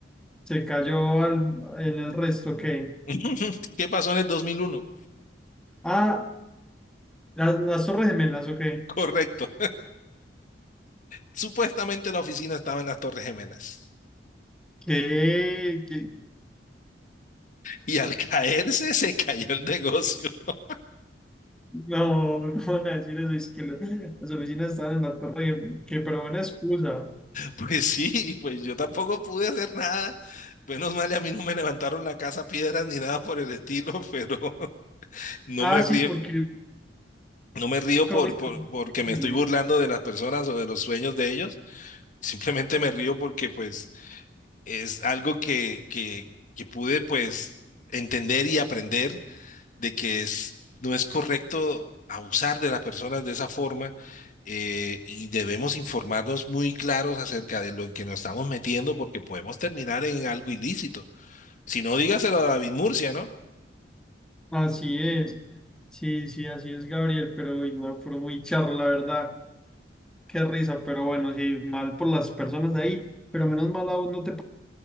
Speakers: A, in the centre; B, on the left.
A: se cayó al- en el resto, ¿qué?
B: <laughs> ¿Qué pasó en el dos mil uno
A: Ah, las, las Torres Gemelas, ¿ok?
B: Correcto. Supuestamente la oficina estaba en las Torres Gemelas.
A: ¿Qué? ¿Qué?
B: Y al caerse se cayó el negocio. <laughs>
A: No, <laughs> no van a decir eso, es que la- las oficinas estaban en la Torre Gemela, que pero buena excusa.
B: Pues sí, pues yo tampoco pude hacer nada. Menos mal, y a mí no me levantaron la casa a piedras ni nada por el estilo, pero <laughs> no
A: Ah,
B: me río,
A: sí, porque
B: no me río
A: nunca
B: por,
A: fuiste
B: por- porque me
A: flexible.
B: estoy burlando de las personas o de los sueños de ellos. Simplemente me río porque pues es algo que, que, que pude pues entender y aprender de que es- no es correcto abusar de las personas de esa forma eh, y debemos informarnos muy claros acerca de lo en que nos estamos metiendo porque podemos terminar en algo ilícito. Si no, dígaselo a David Murcia, ¿no?
A: Así es. Sí, sí, así es, Gabriel, pero uy, no, pero muy charro, la verdad. Qué risa, pero bueno, sí, mal por las personas ahí, pero menos mal a vos no te pa-